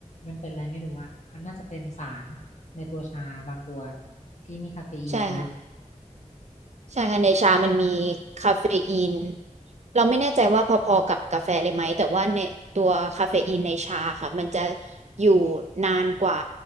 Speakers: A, on the left; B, on the right.
A: มันเป็นอะไรไม่รู้อะมันน่าจะเป็นสารในตัวชาบางตัวที่มีคาเฟอีนเยอะ
B: ใช่ค่ะใช่ค่ะในชามันมีคาเฟอีนเราไม่แน่ใจว่าพอๆกับกาแฟเลยไหมแต่ว่าในตัวคาเฟอีนในชาค่ะมันจะอยู่นานกว่า